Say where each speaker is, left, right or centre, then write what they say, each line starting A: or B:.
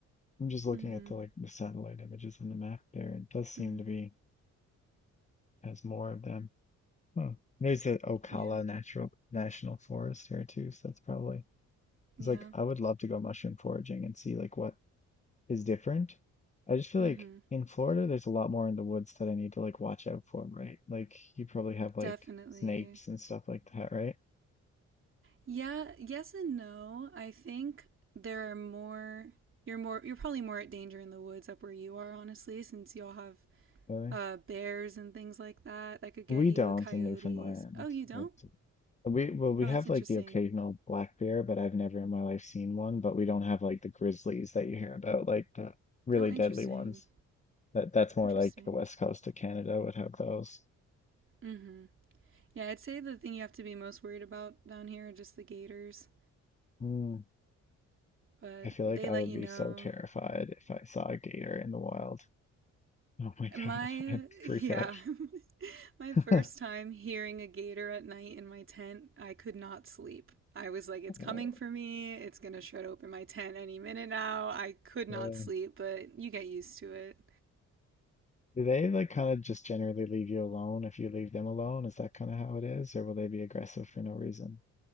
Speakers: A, on the left (about 25°); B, on the right (about 45°).
A: I'm just looking
B: Mhm.
A: at the like the satellite images on the map there. It does seem
B: Mhm.
A: to be has more of them. Huh. There's the Ocala
B: Yeah.
A: Natural National Forest here too, so that's probably
B: Yeah.
A: it's like I would love to go mushroom foraging and see like what is different. I just feel
B: Mhm.
A: like in Florida there's a lot more in the woods that I need to like watch out for, right? Like you probably have like
B: Definitely.
A: snakes and stuff like that, right?
B: Yeah, yes and no. I think there are more you're more you're probably more at danger in the woods up where you are honestly since y'all have
A: Really?
B: uh bears and things like that that could get
A: We
B: you,
A: don't
B: coyotes.
A: in Newfoundland,
B: Oh, you don't?
A: but We well, we
B: Oh,
A: have
B: that's interesting.
A: like the occasional black bear, but I've never in my life seen one. But we don't have like the grizzlies that you hear about, like the really
B: Oh, interesting.
A: deadly ones. That that's more
B: Interesting.
A: like the west coast of Canada would have those.
B: Mhm. Yeah, I'd say the thing you have to be most worried about down here are just the gators,
A: Mm,
B: but
A: I feel like
B: they
A: I
B: let
A: would
B: you
A: be
B: know.
A: so terrified if I saw a gator in the wild. Oh my God,
B: My
A: <laughs> I'd freak
B: yeah.
A: out.
B: <laughs> My
A: <laughs>
B: first time hearing a gator at night in my tent, I could not sleep. I was like, it's
A: Uh,
B: coming for me. It's going to shred open my tent any minute now. I could
A: <laughs>
B: not
A: yeah.
B: sleep, but you get used to it.
A: Do they like kind of just generally leave you alone if you leave them alone? Is that kind of how it is, or will they be aggressive for no reason?